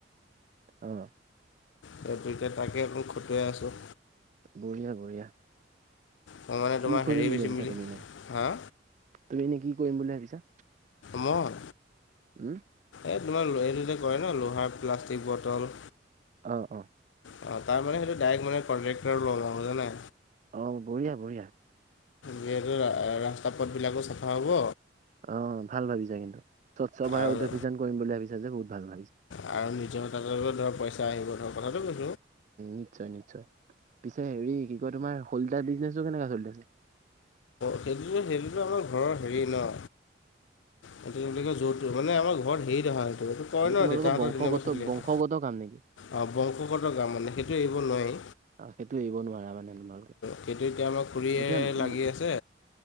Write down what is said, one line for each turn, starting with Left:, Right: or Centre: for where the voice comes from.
Right: অ।
Left: সেইটো এতিয়া তাকেই অকল খটুৱাই আছোঁ।
Right: বঢ়িয়া বঢ়িয়া।
Left: ত মানে
Right: কি
Left: তোমাৰ
Right: কৰিম
Left: হেৰি বেচিম
Right: ভাবিছা
Left: বুলি
Right: তুমি এনে
Left: হাঁ
Right: তুমি এনে কি কৰিম বুলি ভাবিছা?
Left: মই
Right: উম।
Left: এই তোমাৰ এইটোতে কৰে ন লোহাৰ প্লাষ্টিক বটল।
Right: অ, অ।
Left: অ, তাৰ মানে সেইটো ডাইৰেক্ট মানে কট্ৰেক্টৰ লওঁ জানাই।
Right: অঁ, বঢ়িয়া বঢ়িয়া।
Left: যিহেতু ৰাস্তা পথবিলাকো চাফা হ'ব,
Right: অ ভাল ভাবিছা কিন্তু স্বচ্ছ ভাৰত
Left: আৰু
Right: অভিযান কৰিম বুলি ভাবিছা যে বহুত ভাল ভাবিছাঁ।
Left: আৰু নিজৰ তাতো ধৰ পইচা আহিব ধৰ কথাটো কৈছো।
Right: নিশ্চয় নিশ্চয়। পিছে হেৰি কি কয় তোমাৰ হলদা বিজনেছটো কেনেকুৱা চলিছে?
Left: সেইটোত সেইটোতো আমাৰ ঘৰৰ হেৰি ন। সটো য'তটো মানে আমাৰ ঘৰত হেৰি দেখা সেইটোটো, কয়
Right: সেইটো
Left: ন
Right: তোমালোকৰ
Left: দেউতাহঁতৰ
Right: বংশগত
Left: দিনক পৰা চলি
Right: বংশগত
Left: আহা।
Right: কাম নেকি
Left: অ বংশগত গাঁ মানে সেইটো এইবোৰ নোৱাৰি।
Right: সেইটো এৰিব নোৱাৰা মানে তোমালোকে
Left: সেইটো এতিয়া আমাক খুৰিয়ে
Right: এতিয়া
Left: লাগি
Right: উম
Left: আছে